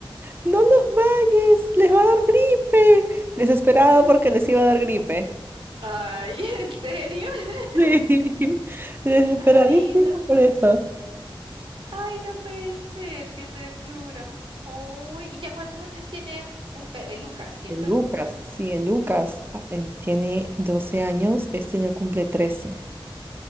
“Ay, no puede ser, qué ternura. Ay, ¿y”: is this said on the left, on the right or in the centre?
Right